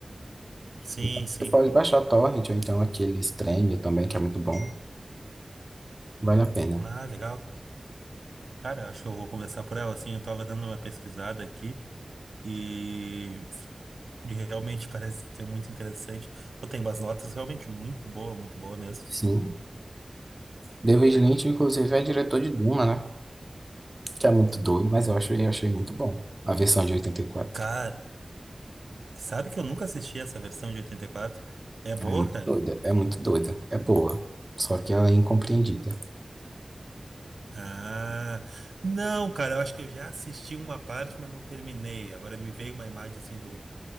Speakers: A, on the right (about 85°); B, on the right (about 25°).
A: Sim,
B: Então,
A: sim.
B: você pode baixar a Torrent, ou então aquele Stremio também, que é muito bom. Vale a pena.
A: Ah, legal. Cara, eu acho que eu vou conversar por ela, assim. Eu tava dando uma pesquisada aqui. E E realmente parece ser muito interessante. Pô, tem umas notas realmente muito boa, muito boa mesmo.
B: Sim. David Lynch, inclusive, é diretor de Duna, né? Que é muito doido, mas eu acho, eu achei muito bom. A versão de 84.
A: Cara, sabe que eu nunca assisti essa versão de oitenta e quatro É boa,
B: É muito
A: cara?
B: doida, é muito doida. É boa. Só que ela é incompreendida.
A: Ah, não, cara, eu acho que eu já assisti uma parte, mas não terminei. Agora me veio uma imagem assim do,